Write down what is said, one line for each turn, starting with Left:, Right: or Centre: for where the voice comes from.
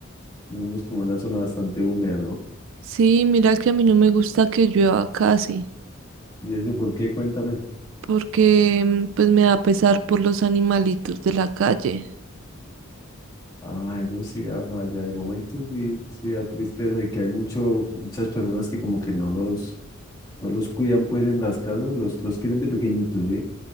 Left: vivimos como en una zona bastante húmeda, ¿no?
Right: Sí, mira que a mí no me gusta que llueva casi,
Left: ¿Y eso por qué? Cuéntame.
Right: porque mm, pues me da pesar por los animalitos de la calle.
Left: Ah, eso sí da falla. De momento sí, sí da tristeza y que hay mucho, muchas personas que como que no los, no los cuidan pues en las casas, los, los quieren de pequeñitos, ¿sí?